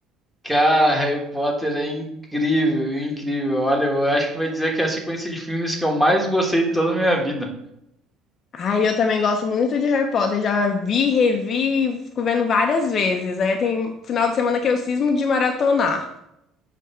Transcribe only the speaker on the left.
Ai, eu também gosto muito de Harry Potter. Já vi, revi, fico vendo várias vezes. Aí tem final de semana que eu cismo de maratonar.